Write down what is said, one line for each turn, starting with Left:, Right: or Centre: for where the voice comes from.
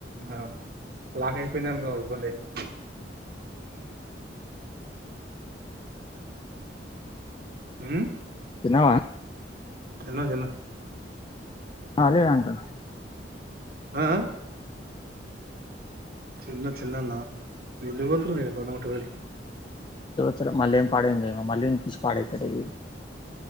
Right: ఆ లాక్ అయిపోయింది అనుకో ఇబ్బంది అయితే ఉం
Left: తిన్నావా
Right: తిన్న తిన్న
Left: అదే అంటన
Right: ఆ చిన్న చిన్నన్నా ఎలి పోతురు న పడుమిట వెకి <unintelligible>
Left: త మళ్ళీ ఏం పాడైందమో మళ్ళీ పిచి పాడవుతాడు ఇది <unintelligible>